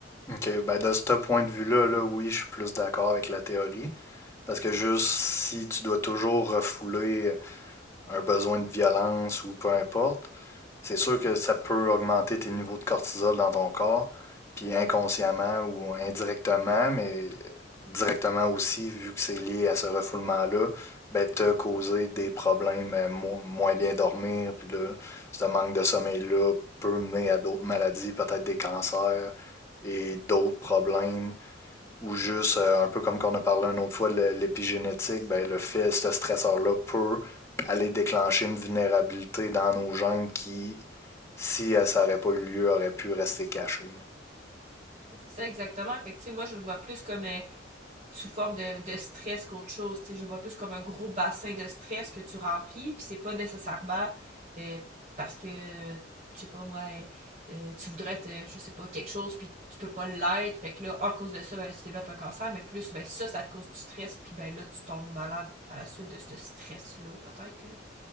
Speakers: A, on the left; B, on the right.
A: OK, ben de ce point de vue-là, là, oui, je suis plus d'accord avec la théorie. Parce que juste si tu dois toujours refouler un besoin de violence ou peu importe, c'est sûr que ça peut augmenter tes niveaux de cortisol dans ton corps, puis inconsciemment ou indirectement, mais directement aussi, vu que c'est lié à ce refoulement-là, ben, te causer des problèmes, euh, mo- moins bien dormir, puis là, ce manque de sommeil-là peut mener à d'autres maladies, peut-être des cancers et d'autres problèmes ou juste, euh, un peu comme qu'on a parlé une autre fois de l'épigénétique, ben, le fait, ce stresseur-là peut aller déclencher une vulnérabilité dans nos gènes qui, si euh, ça n'aurait pas eu lieu, aurait pu rester cachée.
B: C'est ça exactement. Fait que, tu sais, moi, je le vois plus comme... euh, sous forme de, de stress qu'autre chose. Tu sais, je vois plus comme un gros bassin de stress que tu remplis, puis c'est pas nécessairement euh, parce que, je sais pas moi, euh, euh, tu voudrais être, je sais pas, quelque chose, puis tu peux pas l'être. Fait que là, en cause de ça, ben, là, tu développes un cancer, mais plus, ben ça, ça te cause du stress, puis ben là, tu tombes malade à la suite de ce stress-là, peut-être, là.